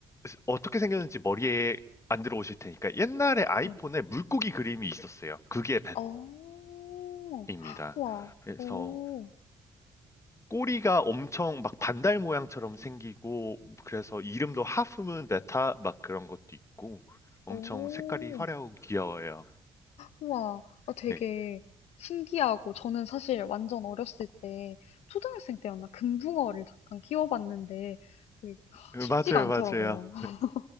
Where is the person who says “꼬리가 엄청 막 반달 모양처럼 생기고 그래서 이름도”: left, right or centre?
Left